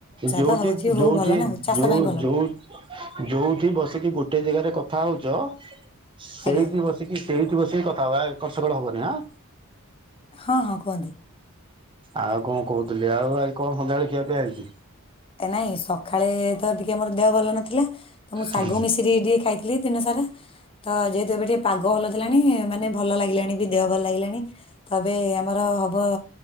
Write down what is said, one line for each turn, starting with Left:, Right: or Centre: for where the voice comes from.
Right: ଯୋଉଠି
Left: ତ ହଉଛି ହଉ
Right: ଯୋଉଠି
Left: ଭଲ ନା ଆଉ ଚାଷ
Right: ଯୋଉ
Left: ପାଇଁ ଭଲ
Right: ଯୋଉ ଯୋଉଠି ବସିକି ଗୋଟେ ଜାଗାରେ କଥା ହଉଚ ସେଇଠି
Left: ଆଜ୍ଞା
Right: ବସି ଟିକେ ସେଇଠି ବସିକି କଥା ହବା ଏପଟସେପଟ ହବନି ଆଁ।
Left: ହଁ ହଁ କୁହନ୍ତୁ।
Right: ଆଉ କଣ କହୁଥିଲେ ଆଉ ଆ କଣ ସନ୍ଧ୍ୟାବେଳେ ଖିଆ ପିଆ ହେଇଚି।
Left: ନାଇଁ ସକାଳେ ତ ଟିକେ ମୋର ଦେହ ଭଲ ନଥିଲା ତ ମୁଁ ଶାଗୁ
Right: ହୁଁ
Left: ମିଶିରିି ଟିକେ ଖାଇ ଲିଦିନ ସାରା। ତ ଯେହେତୁ ଏବେ ଟିକେ ପାଗ ଭଲ ଦେଲାଣି ମାନେ ଭଲ ଲାଗିଲାଣି ବି ଦେହ ଭଲ ଲାଗିଲାଣି। ତ ଏବେ ଆମର ହବ